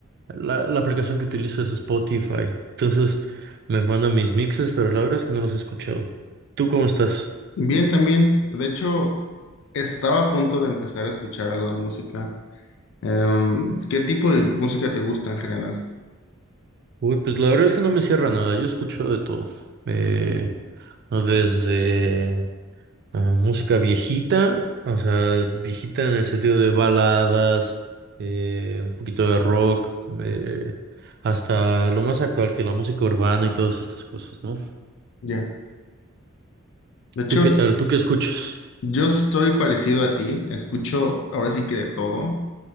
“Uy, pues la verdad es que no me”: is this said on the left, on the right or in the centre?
Right